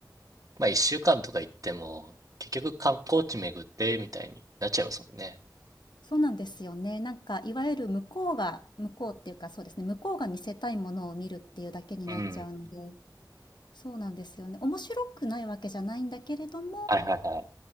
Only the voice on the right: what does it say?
まあ一週間とか行っても、結局観光地巡ってみたいになっちゃいますもんね。
うん。
はいはいはい。